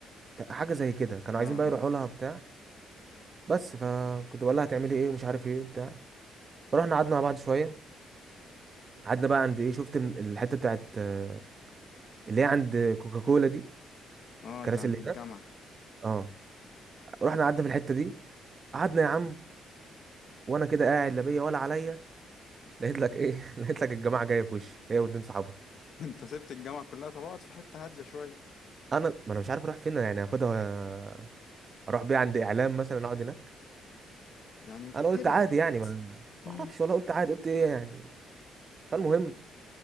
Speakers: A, on the right; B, on the left.
A: حاجه زي كده كانوا
B: اه
A: عايزين بقى
B: اه
A: يروحوا لها بتاع بس فكنت بقول لها هتعملي ايه ومش عارف ايه وبتاع فرحنا قعدنا مع بعض شويه قعدنا بقى عند ايه شفت ال- الحته بتاعت آه، اللي هي عند كوكاكولا دي
B: اه
A: الكراسي
B: اللي عند
A: اللي
B: الجامعه
A: هناك اه رحنا قعدنا في الحته دي قعدنا يا عم وانا كده قاعد لا بيا ولا عليا لقيت لك ايه <laughs> لقيت لك الجماعه جايه في وشي هي واتنين صحابها
B: <laughs> انت سبت الجامعه كلها طب اقعد في حته هاديه شويه
A: انا ما انا مش عارف اروح فين يعني هاخدها اروح بيها عند اعلام مثلا اقعد هناك
B: يعني كنت
A: انا قلت
B: تبعد
A: عادي يعني ما ما
B: امم
A: اعرفش والله قلت عادي قلت ايه يعني فالمهم